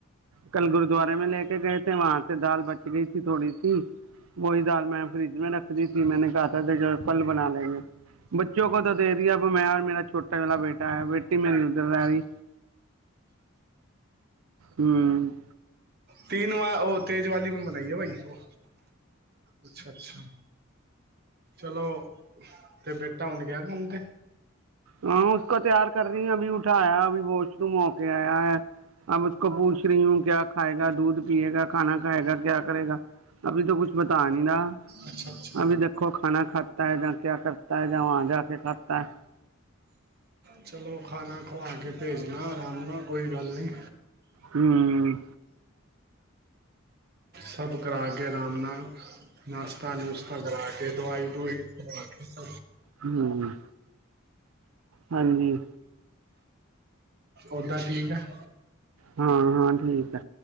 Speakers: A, on the right; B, on the right.
A: ਕੱਲ ਗੁਰਦਆਰੇ ਮੈਂ ਲੈ ਕੇ ਗਏ ਥੇ, ਵਾਂ ਤੇ ਦਾਲ ਬਚ ਗਈ ਸੀ ਥੋੜੀ ਸੀ ਉਹੀ ਦਾਲ ਮੈਂ ਫਰਿਜ ਮ ਰੱਖਦੀ ਸੀ। ਮੈਨੇ ਕ ਤ ਕਲ ਬਣਾ ਲੈਂਗੇਂ। ਬੱਚੋ ਕੋ ਤਾਂ ਦੇ ਦਿਆ, ਅਬ ਮੈਂ ਮੇਰਾ ਛੋਟਾ ਬੇਟਾ ਆ, ਬੇਟੀ ਮੇਰੀ ਉਧਰ ਜਾ ਰਹੀ, ਹਮ।
B: ਤੀਨ ਵ, ਉਹ ਤੇਜ ਵਾਲੀ ਮ ਬਨਾਈਯੋ ਬਾਈ, ਉਹ ਅੱਛਾ- ਅੱਛਾ। ਚਲੋ, ਤੇ ਬੇਟਾ ਹੁਣ ਗਿਆ ਕੰਮ ਤੇ?
A: ਹਾਂ ਉਸਕ ਤਿਆਰ ਕਰ ਰਹੀ, ਅਭ ਉਠਾਆ, ਅਭੀ ਵਾਸ਼ਰੂਮ ਹੋ ਕੇ ਆਇਆ ਹੈ। ਅ ਉਸ ਕੋ ਪੁੂਛ ਰਹੀ ਹੂੰ ਕਿਆ ਖਾਏਗਾ, ਦੂਧ ਪੀਏਗਾ, ਖਾਨਾ ਖਾਏਗਾ, ਕਿਆ ਕਰੇਗਾ। ਅਭੀ ਤੋਂ ਕੁਛ ਬਤਾ ਨਹੀਂ ਰਹਾ।
B: ਅੱਛਾ, ਅੱਛਾ। ਜੀ
A: ਅਭੀ ਦੇਖੋ ਖਾਣਾ ਖਾਤਾ ਹੈ ਜਾਂ ਕਿਆ ਕਰਤਾ ਹੈ ਜਾਂ ਵਾਂ ਜਾ ਕੇ ਖਾਤਾ ਹੈ।
B: ਚਲੋ ਖਾਣਾ ਖਵਾ ਕੇ ਭੇਜਣਾ ਆਰਾਮ ਨਾਲ ਕੋਈ ਗੱਲ ਨੀ।
A: ਹੂੰ।
B: ਸਭ ਕਰਾ ਕੇ ਆਰਾਮ ਨਾਲ ਨਾਸ਼ਤਾ-ਨੁਸ਼ਤਾ ਕਰਰਾ ਕੇ ਦਵਾਈ-ਦਵੁਈ ਦੇ ਕੇ ਸ
A: ਹੂੰ ਹਾਂਜੀ।
B: ਓਦਾਂ ਠੀਕ ਐ। <inaudible>
A: ਹਾਂ-ਹਾਂ ਠੀਕ ਐ।